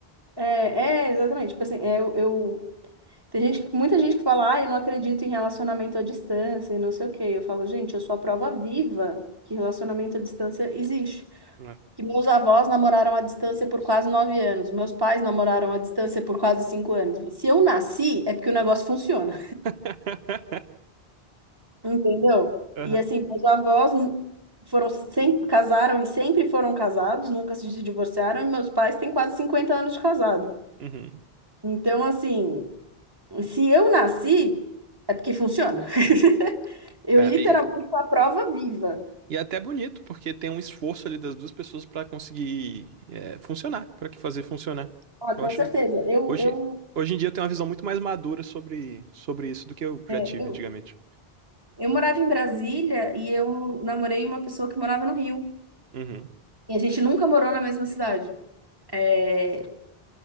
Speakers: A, on the right; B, on the right.
A: É, é, exatamente. Tipo assim, é, eu, eu- Tem gente, muita gente que fala, ah, eu não acredito em relacionamento à distância e não sei o quê. Eu falo, gente, eu sou a prova viva que relacionamento à distância existe.
B: né?
A: Que meus avós namoraram à distância por quase nove anos. Meus pais namoraram à distância por quase cinco anos. Se eu nasci, é porque o negócio funciona,
B: <laughs>
A: <laughs> entendeu?
B: Aham.
A: E assim, meus avós n- foram sempre casaram e sempre foram casados, nunca se divorciaram, e meus pais têm quase 50 anos de casado.
B: Uhum.
A: Então, assim, se eu nasci, é porque funciona. <laughs> Eu
B: É,
A: literalmente
B: e,
A: sou a prova viva.
B: e é até bonito, porque tem um esforço ali das duas pessoas pra conseguir é, funcionar, pra que fazer funcionar.
A: Ah, com
B: Eu acho.
A: certeza. Eu,
B: Hoje,
A: eu,
B: hoje em dia eu tenho uma visão muito mais madura sobre, sobre isso do que eu
A: É,
B: já tive
A: eu,
B: antigamente.
A: eu morava em Brasília e eu namorei uma pessoa que morava no Rio.
B: Uhum.
A: E a gente nunca morou na mesma cidade. É,